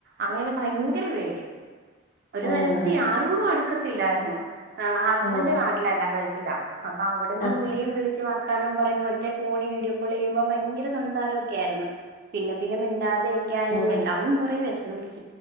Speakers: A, on the right; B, on the left.
A: അങ്ങനെ ഭയങ്കര പേര് ഒരു
B: ആഹ്
A: തരത്തി ആരോടും അടുക്കത്തില്ലായിരുന്നു ആ ഹസ്ബൻഡന്റെ
B: ഓ
A: നാട്ടിലല്ല ഗൾഫിലാ അ അവിടെന്ന്
B: ആഹ്
A: പുള്ളിയും വിളിച്ച് പറ വസ്ഥാനം പറയും മറ്റേ ഫോണിൽ വീഡിയോ കോൾ ചെയ്യുമ്പോൾ ഭയങ്കര സംസാരം ഒക്കെ ആയിരുന്നു പിന്നെ പിന്നെ മിണ്ടാതെ
B: ആഹ്
A: എല്ലരും കൊറ വിഷമിച്ച